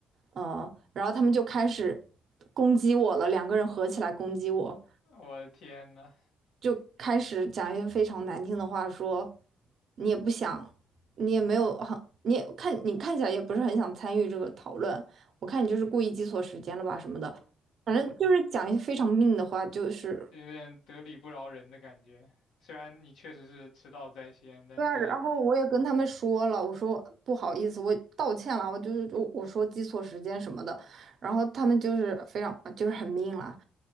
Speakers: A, on the right (about 60°); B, on the left (about 80°).
A: 呃，然后他们就开始攻击我了，两个人合起来攻击我，
B: <laughs> 我的天呐！
A: 就开始讲一些非常难听的话说，你也不想，你也没有很，你也看你看起来也不是很想参与这个讨论，我看你就是故意记错时间了吧什么的，反正就是讲一些非常命的话，就是
B: 就有点得理不饶人的感觉。虽然你确实是迟到在先，但是
A: 对啊，然后我也跟他们说了，我说不好意思，我道歉了，我就是我我说记错时间什么的，然后他们就是非常就是很命了。